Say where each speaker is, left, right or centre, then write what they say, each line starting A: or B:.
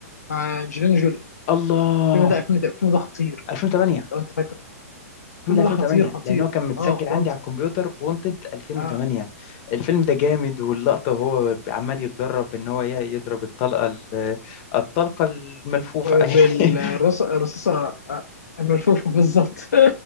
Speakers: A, on the left; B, on the left.
A: مع أنجلينا جولي
B: الله
A: الفيلم ده 2000 الفيلم ده خطير
B: 2008
A: لو أنت فاكره
B: الفيلم
A: الفيلم
B: ده 2008
A: ده خطير خطير
B: لان هو كان متسجل
A: أه
B: عندي
A: وانتد
B: على الكمبيوتر وانتد 2008
A: أه
B: الفيلم ده جامد واللقطة وهو عمال يتدرب ان هو ي- يضرب الطلقة ال- الطلقة الملفوفة
A: بالرصاصة
B: <laughs>
A: آه الملفوفة بالظبط